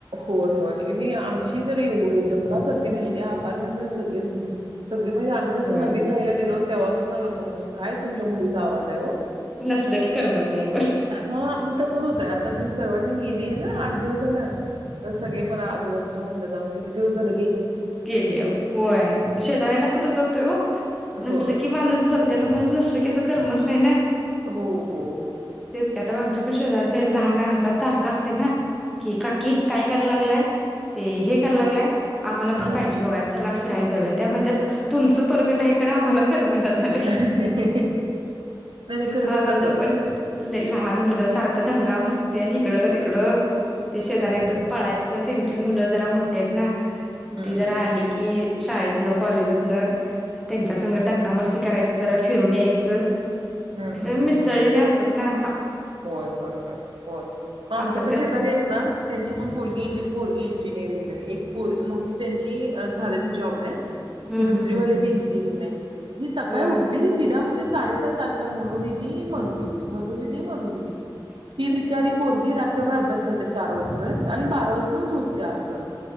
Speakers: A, on the right (about 75°); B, in the centre.
A: होय होय ही आमची तर एवढी दंगा करती माहितीये अपार्टमेंट मध्ये सगळे सगळी म्हणजे आम्ही जस
B: होय
A: नवीन राहायला गेलोत तेव्हापासून लोक म्हणतात काय तुमच्या मुलीचा आवाज आहे ओ
B: नसलं की करमत नाही मग
A: हा म तसच होतंय आता मी सर्वांनी गेलीय ना आठ दिवस झाला. तर सगळे मला आजूबाजूचे म्हणतात अहो किती दिवस झाल
B: गेले होय शेजऱ्यांना पण तस होतय ओ
A: हो
B: नसल की माणूस भलत्याला माणूस नसल की, करमत नाही ना
A: हो हो हो
B: ते आता आमच्याप शेजारच्या लहान हसा सारखं असते ना की काकी काय करा लागलाय ते हे करा लागलाय आम्हाला पण
A: हा
B: पाहिजे बघा चला फिरायला जाऊ त्या म्हणतात तुमच पोर ग नाही खरं आम्हाला करमना झालंय
A: नाही नाही खरोखर
B: हा माझा
A: तसं होतय.
B: पण लय लहान मुलगा सारखं दंगा मस्ती आणि हीकडं तिकडं ते शेजाऱ्यांच्या
A: हम्म
B: पळायचं त्यांची मुलं जरा मोठ आहेत ना
A: हम्म
B: ती जरा आली कि शाळेत न कॉलेजातन त्यांच्या संघ
A: हम्म
B: दंगा मस्ती करायची जरा फिरून यायचं
A: हम्म
B: मिसळलेले
A: हम्म
B: असतात. नाही
A: होय, होय, होय, होय मग आमच्या
B: आपण
A: पण
B: कसं
A: शेजारी आहेत ना त्यांची पण पोरगी इंजिनियरिंग आहे, एक पोरगी मोठी त्यांची झाली ती जॉबला की
B: हम्म
A: दुसरी
B: हम्म हम्म
A: वाले ते इंजिनिअरिंगला आहे. ही सकाळी
B: होय
A: उठली की तिला म्हणजे साडेसात सातला मनूदीदी, मनूदिदी, मनुदिदी, मनुदिदी ती बिचारी पोरगी अभ्यास करत चार वाजपर्यंत आणि बारा वाजेपर्यंत झोपतीया असं